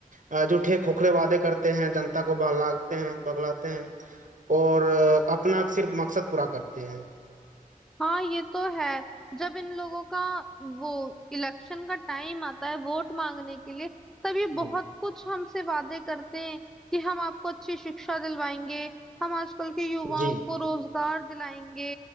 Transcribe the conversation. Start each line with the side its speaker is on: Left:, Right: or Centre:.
Right: अ, झूठे खोखले वादे करते हैं जनता को बहलाते हैं बगलाते हैं और अ, अपना सिर्फ मकसद पूरा करते हैं
Centre: हाँ ये तो है जब इन लोगों का वो इलेक्शन का टाइम आता है वोट मांगने के लिए तब ये
Right: हम्म।
Centre: बहुत कुछ हमसे वादे करते हैं कि हम आपको अच्छी शिक्षा दिलवाएंगे हम आजकल के युवाओं
Right: जी
Centre: को रोजगार दिलाएंगे